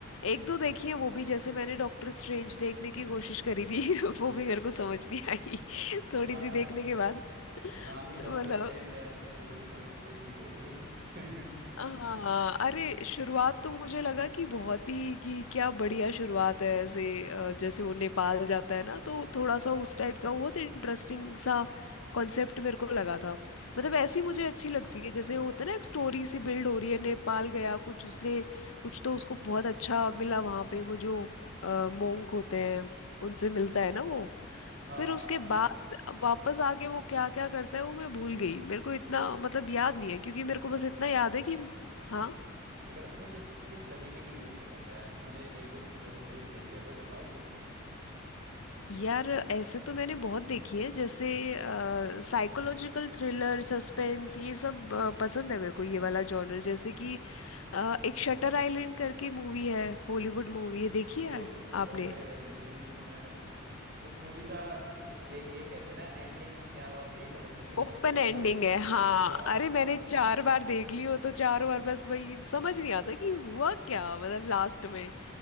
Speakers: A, on the left; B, on the right.
A: एक दो देखी है वो भी जैसे मैंने डॉक्टर स्ट्रेंज देखने की कोशिश करी थी <laughs> वो भी मेरे को समझ नहीं आई <laughs> थोड़ी
B: ना
A: सी देखने के बाद
B: <laughs>
A: <laughs>
B: नाम ही डॉक्टर
A: मतलब
B: स्ट्रेंज है तो मूवी भी थोड़ी स्ट्रेंज ही होगी <laughs>
A: हाँ अरे शुरुआत तो मुझे लगा कि बहुत ही कि क्या बढ़िया शुरुआत है ऐसे अ, जैसे वो नेपाल जाता है ना तो थोड़ा सा उस टाइप का बहुत इंटरेस्टिंग सा कॉन्सेप्ट मेरे को लगा था मतलब ऐसी मुझे अच्छी लगती है जैसे होता है ना एक स्टोरी सी बिल्ड हो रही है नेपाल गया कुछ उसने कुछ तो उसको बहुत अच्छा मिला वहाँ पे वो जो मोंक होते हैं उनसे मिलता है ना वो
B: हाँ
A: फिर
B: हाँ
A: उसके
B: हाँ हाँ
A: बाद वापस आके वो क्या क्या करता है वो मैं भूल गई मेरे को इतना मतलब याद नहीं है क्योंकि मेरे को बस इतना याद है कि हाँ
B: मैं कह रहा तुम्हें फिर किस तरीके की मूवी पसंद है या फिर तुमने एक दो जो भी मूवीज देखी है वो बताओ कुछ
A: यार ऐसे तो मैंने बहुत देखी है जैसे साइकोलॉजिकल थ्रिलर सस्पेंस ये सब अ, पसंद है मेरे को ये वाला जॉनर जैसे कि अ, एक शटर आइलैंड करके मूवी है हॉलीवुड मूवी है देखी
B: वो
A: है आपने
B: अरे मेरी मतलब मैंने उस मूवी का इस यही यही कहते हैं ना एंडिंग में क्या हुआ यही समझ में नहीं आया
A: ओपन
B: कौन
A: एंडिंग
B: सही
A: है हाँ
B: हाँ
A: अरे मैंने चार बार देख ली वो तो चारों बार बस वही समझ नहीं आता कि हुआ क्या मतलब लास्ट में